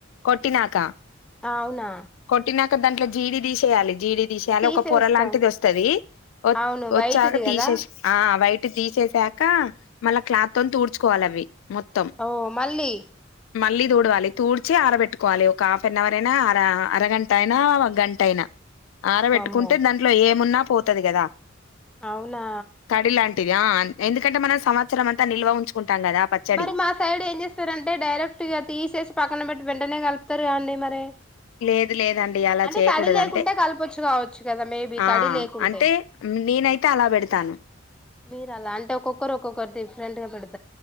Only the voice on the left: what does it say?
కొట్టి నాక
కొట్టినాక దాంట్లో జీడి తీసేయాలి జీడి దిశీయాల
ఒక పొర లాంటిది వస్తది వ
వచ్చాక
తీసేసి
ఆ వైట్ తీసేసాక మళ్ళా క్లాత్తోని తుడ్చుకోవాలి అవి మొత్తం
మళ్ళీ తుడవాలి తూడ్చి ఆరబెట్టుకోవాలి ఒక హాఫ్ ఎన్ అవర్ అయినా అర అరగంట అయినా ఒక గంట అయినా ఆరబెట్టుకుంటే
దాంట్లో ఏమున్నా పోతది కదా
తడి లాంటిది ఎందుకంటే మనం సంవత్సరం అంతా నిల్వ ఉంచుకుంటాం కదా పచ్చడి
లేదు లేదండి అలా
చేయకూడదు
అంటే
ఆ
అంటే నేనైతే అలా పెడతాను